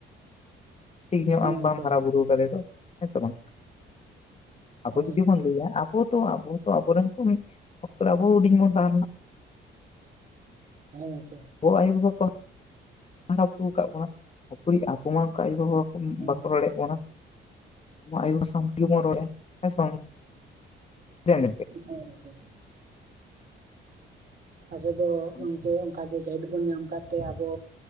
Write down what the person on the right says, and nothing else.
ᱦᱮᱸ
ᱜᱚᱝᱠᱮ
ᱦᱮᱸ
ᱦᱮᱸ
ᱦᱮᱸᱜᱚᱝᱠᱮ ᱾
ᱦᱮᱸ
ᱦᱮᱸ ᱜᱚᱝᱠᱮ ᱾ ᱟᱵᱚ ᱫᱚ
ᱜᱚᱝᱠᱮ ᱚᱱᱠᱟ ᱜᱮ ᱜᱟᱭᱤᱰ ᱵᱚᱱ ᱧᱟᱢ ᱚᱱᱠᱟ ᱛᱮ ᱟᱵᱚ